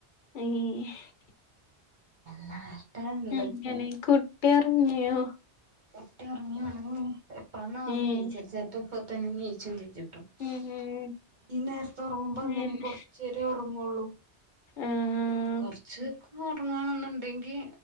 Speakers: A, on the left; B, on the right.
A: അ <unintelligible>
B: ല്ലാ എന്തൊക്കെയ
A: അങ്ങനെ കുട്ടി ഒറങ്ങിയോ
B: ഒറ്റ ഇറങ്ങിയവാണെങ്കിൽ എപ്പഴന്ന
A: ഏഹ്
B: ജേച്ചച്ചേത്ത ഇപ്പ തന്നെ ജേച്ചും ജയിച്ചിട്ടോ <unintelligible>
A: ഉം ഉം
B: ഈ നേരത്തെ ഉറങ്ങുമ്പോ
A: പിന്നെ
B: അങ്ങനെ കൊറച്ച് ചരി ഉറങ്ങള്ളൂ
A: ആഹ്
B: കൊറച്ചക്ക ഉറങ്ങാനൊന്നുണ്ടെങ്കി